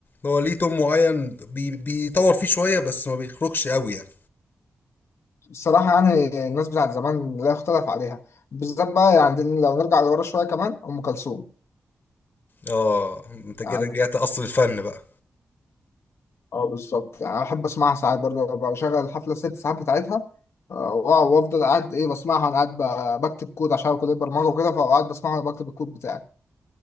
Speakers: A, on the left; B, on the left.
A: هو ليه توم معين بي بيطور فيه شويه بس ما بيخرجش قوي يعني
B: الصراحه يعني الناس بتاعت زمان لا يختلف عليها بالذات بقى يعني لو نرجع لورا شويه كمان ام كلثوم
A: اه انت كده
B: يعني
A: رجعت اصل الفن بقى
B: اه بالظبط يعني احب اسمعها ساعات برضه ببقى بشغل الحفله الست ساعات بتاعتها آه، وأقعد- وافضل قاعد ايه بسمعها وانا قاعد ب- بكتب كود عشان كليه برمجه وكده فقعد بسمعها وانا بكتب الكود بتاعي